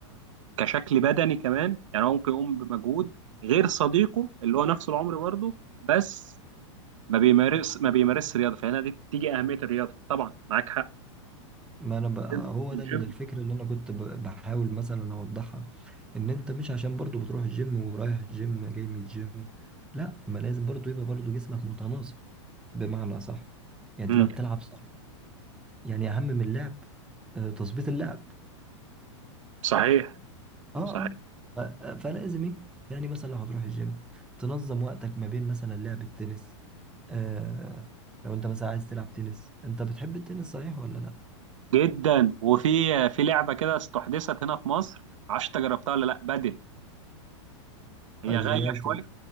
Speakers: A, on the right; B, in the centre.
A: كشكل بدني كمان يعني هو ممكن يقوم بمجهود غير صديقه اللي هو نفس العمر برضه بس ما بيمارس ما بيمارسش رياضه فهنا دي تيجي اهميه الرياضه طبعا معاك حق
B: ما انا بقى
A: الجيم
B: هو
A: الجيم
B: ده ال- الفكره اللي انا كنت ب- بحاول مثلا اوضحها ان انت مش عشان برضو بتروح الجيم ورايح الجيم جاي من الجيم لا ما لازم برضو يبقى برضو جسمك متناسق بمعنى صح يعني
A: امم
B: تبقى بتلعب صح يعني اهم من اللعب آه، تظبيط اللعب
A: صحيح
B: اه
A: صحيح
B: اه ف- آه، فلازم ايه يعني مثلا لو هتروح الجيم تنظم وقتك ما بين مثلا لعب التنس آه لو انت مثلا عايز تلعب تنس انت بتحب التنس صحيح ولا لا
A: جدا وفي في لعبه كده استحدثت هنا في مصر معرفش انت جربتها ولا لا بدل هي
B: اللي
A: غاليه
B: هي
A: شويه
B: في ال-